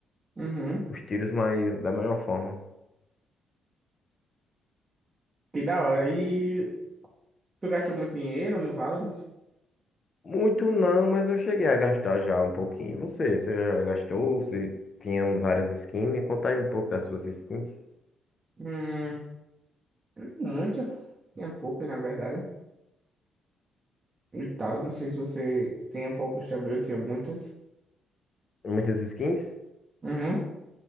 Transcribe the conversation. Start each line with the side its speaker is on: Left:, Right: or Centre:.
Right: Uhum.
Left: Os tiros mais da melhor forma.
Right: Que da hora. E tu gastou muito dinheiro no Valorant?
Left: Muito não, mas eu cheguei a gastar já um pouquinho. E Você, você já gastou? Você tinha várias skins? Me conta aí um pouco das suas skins.
Right: Hum, muito. Tinha poucas, na verdade. E tal. Não sei se você tinha poucas também, eu tinha muitas.
Left: Muitas skins?
Right: Uhum,